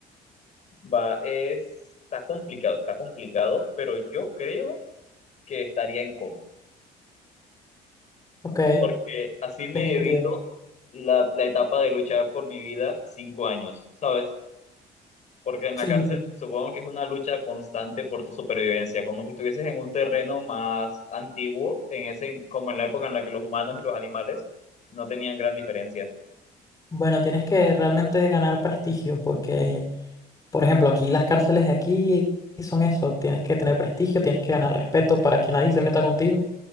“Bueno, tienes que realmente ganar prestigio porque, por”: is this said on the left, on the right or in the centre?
Left